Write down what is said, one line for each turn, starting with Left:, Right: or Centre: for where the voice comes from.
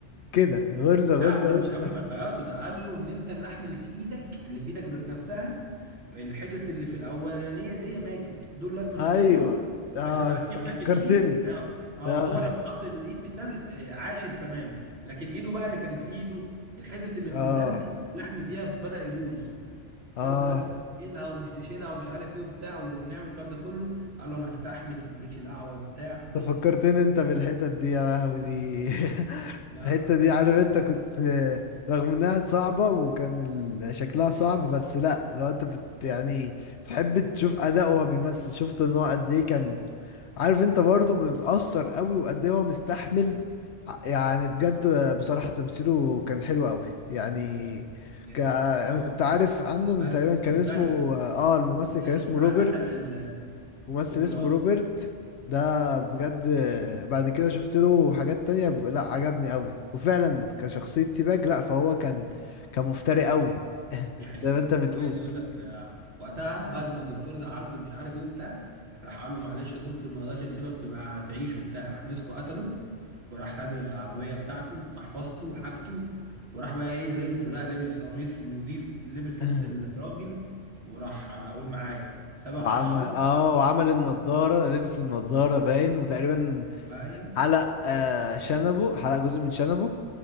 Left: كده غرزة غرزة
Right: لا ده
Left: وانت
Right: مش قبل ما يخيطوا ده قال له ان انت اللحم اللي في ايدك اللي في ايدك ذات نفسها الحتت اللي في الاولانيه دي ماتت دول لازم
Left: ايوه
Right: يتقطعوا
Left: اه
Right: عشان اركب
Left: انت فكرتني
Right: لك الايد يعني اه
Left: اه
Right: هو لما حط الايد في التلج آه، عاشت تمام لكن ايده بقى اللي كانت في ايده الحتت اللي من
Left: اه
Right: قدام دي اللحم فيها بدأ يبوظ فقالوا
Left: اه
Right: ده لازم نشيلها ومش نشيلها ومش عارف ايه وبتاع ونعمل الكلام ده كله قال له انا استحمل ومالكش دعوه وبتاع بص
Left: ده فكرتني انت بالحتت دي يا لهوي دي <laughs>
Right: لا
Left: الحتة دي عارف انت كنت رغم انها صعبة وكان ال- شكلها صعب بس لا لو انت بت يعني بتحب تشوف اداءه وهو بيمثل شفت ان هو قد ايه كان عارف انت برضه بيتأثر قوي وقد ايه هو مستحمل ع- يعني بجد بصراحة تمثيله كان حلو قوي يعني
Right: جامد
Left: ك... انا
Right: الصراحه
Left: كنت عارف عنه ان
Right: بس
Left: تقريبا كان
Right: مفتري
Left: اسمه اه الممثل
Right: الفري
Left: كان اسمه
Right: ع-
Left: روبرت
Right: قتل ال-
Left: ممثل
Right: قول
Left: اسمه
Right: اه
Left: روبرت ده بجد آه، بعد كده شفت له حاجات تانية ب... لا عجبني قوي وفعلا كشخصية تيباج لا فهو كان كان مفتري قوي
Right: دي حقيقة
Left: زي ما انت بتقول
Right: عايز اقول لك آه، وقتها بعد ما الدكتور ده عالجه مش عارف ايه وبتاع راح قال له معلش يا دكتور ما اقدرش اسيبك تبقى تعيش وبتاع راح مسكه قتله وراح خد العربية بتاعته محفظته وحاجته وراح بقى ايه برنس بقى لبس قميص نظيف لبس
Left: <clears throat>
Right: لبس الراجل
Left: <laughs>
Right: وراح آه، قول معايا صبغ
Left: وعمل
Right: شعره
Left: اه
Right: لا،
Left: وعمل النضارة لبس النضارة باين وتقريبا
Right: معايا
Left: حلق آه شنبه حلق جزء من شنبه